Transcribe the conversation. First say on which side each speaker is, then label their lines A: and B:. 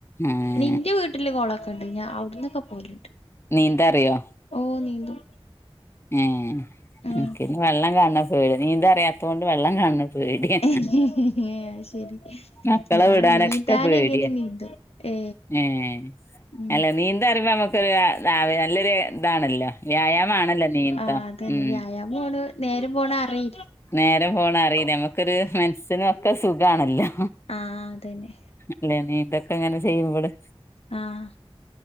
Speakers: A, on the left; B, on the left.
A: ഏഹ്
B: നിന്റെ വീട്ട്ല് കൊളൊക്കെണ്ട് ഞ അവ്ട്ന്നൊക്കെ പോല്ണ്ട്
A: നീന്തറിയോ
B: ഓഹ് നീന്തും.
A: ഏഹ്
B: ഉം
A: എൻക്കിന് വെള്ളം കാണ്ണപേ നീന്താറിയാത്തോണ്ട് വെള്ളം കാണ്ണ പേടിയാ
B: അത് ശരി
A: മക്കളെ
B: ഞാൻ
A: വിടാനൊക്കെ
B: നീന്താൻ
A: പേടിയാ
B: എങ്ങനെ നീന്തും ഏ
A: ഏഹ്
B: ഉം
A: അല്ല നീന്തറിമ്പ അമ്മക്കൊര നാവെ നല്ലൊര് ഇതാണല്ലോ വ്യായാമാണല്ലോ? നീന്തം
B: ആഹ് അതന്നെ
A: ഉം
B: വ്യായാമ്വാണ് നേരം പോണ അറീ
A: നേരം പോണ അറീല്ല അമ്മക്കൊര് മൻസ്സിനൊക്കെ സുഖാണല്ലോ.
B: ആഹ് അതെന്നെ.
A: അല്ലേ നീന്തക്കങ്ങനെ ചെയ്യുമ്പള്.
B: ആഹ്